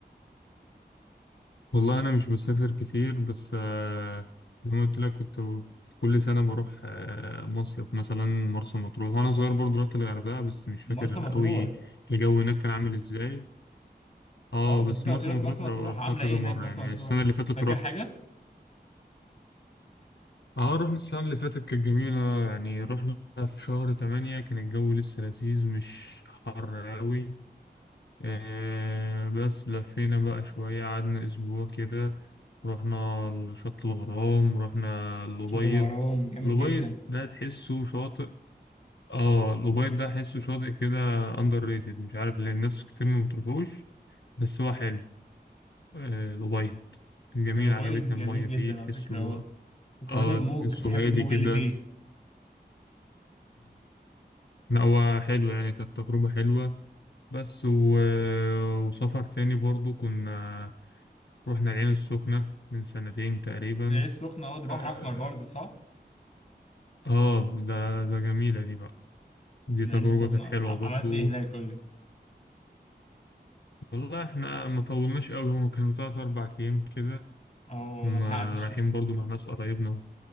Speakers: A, on the left (about 80°); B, on the left (about 40°).
A: والله أنا مش بسافر كتير بس آه، زي ما قلت لك كنت في كل سنة بروح آه، مصيف مثلا مرسى مطروح وأنا صغير برضه رحت الغردقة بس مش فاكر
B: مرسى مطروح
A: أوي الجو هناك كان عامل إزاي اه
B: أه بس
A: بس
B: أنت
A: مرسى
B: قلت لي رحت
A: مطروح
B: مرسى
A: رو-
B: مطروح
A: روحتها
B: عاملة
A: كذا
B: إيه
A: مرة
B: هناك مرسى
A: يعني
B: مطروح
A: السنة اللي فاتت
B: فاكر
A: روحت
B: حاجة؟
A: اه رحنا السنة اللي فاتت كانت جميلة يعني رحنا في شهر تمانية كان الجو لسه لذيذ مش حر أوي آه بس لفينا بقى شوية قعدنا أسبوع كده رحنا شط الغرام رحنا الأبيض
B: شاطئ الغرام جامد
A: الأبيض
B: جدا
A: ده تحسه شاطئ اه الأبيض ده تحسه شاطئ كده أندر ريتد مش عارف ليه الناس كتير ما بتروحوش بس هو حلو آه الأبيض كان جميل
B: الأبيض
A: عجبتنا
B: جميل
A: المية
B: جدا
A: فيه تحسه
B: على فكرة أه وكمان
A: اه
B: الموج
A: تحسه
B: بحب الموج
A: هادي كده
B: اللي فيه
A: لا هو حلو يعني كانت تجربة حلوة بس و... وسفر تاني برضو كنا رحنا العين السخنة من سنتين تقريبا
B: العين السخنة أه ده بحر
A: اه
B: أحمر برضه صح؟
A: آه، آه، ده ده جميلة دي بقى دي
B: من
A: تجربة
B: العين السخنة
A: كانت حلوة
B: ع-
A: برضو
B: عملت ايه هناك قول لي
A: والله احنا ما طولناش قوي هم كانوا تلات أربع أيام كده
B: اه
A: كنا
B: ملحقتش
A: رايحين
B: برضه
A: برضو مع ناس قرايبنا